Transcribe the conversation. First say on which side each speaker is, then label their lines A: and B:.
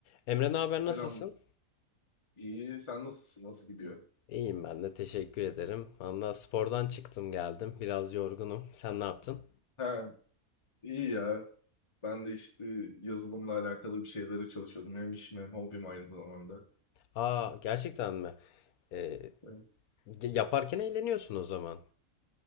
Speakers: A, on the left (about 80°); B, on the left (about 20°).
A: Emre ne haber nasılsın?
B: Selam. İyi. Sen nasılsın? Nasıl gidiyor?
A: İyiyim ben de teşekkür ederim. Valla spordan çıktım geldim. Biraz yorgunum. Sen ne yaptın?
B: Ha, iyi ya. Ben de işte yazılımla alakalı bir şeylere çalışıyordum. Hem işim hem hobim aynı zamanda.
A: Aa gerçekten mi? Ee,
B: Evet.
A: y- yaparken eğleniyorsun o zaman.